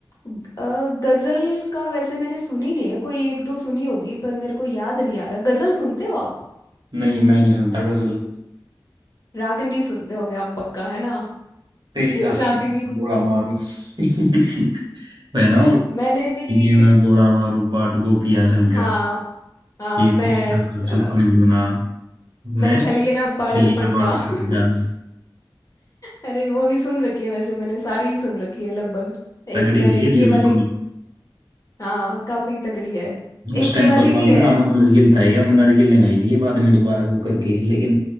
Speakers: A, on the left (about 45°); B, on the right (about 65°).
A: ग- अ, गजल का वैसे मैंने सुनी नहीं है कोई एक दो सुनी होगी पर मेरे को याद नहीं आ रहा गजल सुनते हो आप
B: नहीं मैं नहीं सुनता गजल
A: रागनी सुनते होगे आप पक्का है ना
B: तेरी
A: <laughs>
B: झांकी
A: रागनी
B: की बंडोला मारूं <laughs> వేనా
A: मैंने भी
B: ఏమైనా గోళామారు పాటు గోపి అసనక
A: हाँ हाँ
B: ఈ
A: मैं अ,
B: चुक्कని दूना मैं
A: मैं छलिया बालकपन
B: लिया बाल
A: का <laughs>
B: का
A: अरे वो भी सुन रखी है वैसे मैंने सारी ही सुन रखी है लगभग एक
B: तगड़ी
A: मैंने
B: है ये
A: एक
B: भी
A: ये
B: बिल्कुल
A: वाली हाँ काफी तगड़ी है
B: उस
A: एक
B: टाइम
A: ये वाली
B: पर तो आई
A: भी है
B: ना अमन राज गिल था ये अमन राज गिल ने गाई थी ये बाद में दोबारा से वो करके लेकिन